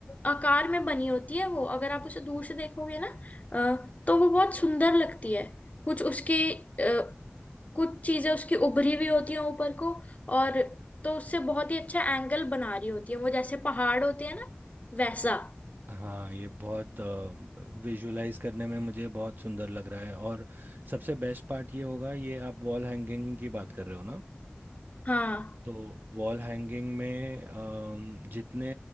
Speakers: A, on the left; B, on the right.
A: आकार में बनी होती है वो अगर आप उसे दूर से देखोगे ना अ, तो वो बहुत सुंदर लगती है कुछ उसके अ, कुछ चीजें उसकी उभरी हुई होती हैं ऊपर को और तो उससे बहुत ही अच्छा एंगल बना रही होती है वो जैसे पहाड़ होते हैं ना वैसा
B: हाँ ये बहुत विजुलाइज करने में मुझे बहुत सुंदर लग रहा है और सबसे बेस्ट पार्ट ये होगा ये आप वॉल हैंगिंग की बात कर रहे हो ना
A: हाँ
B: तो वॉल हैंगिंग में अम, जितने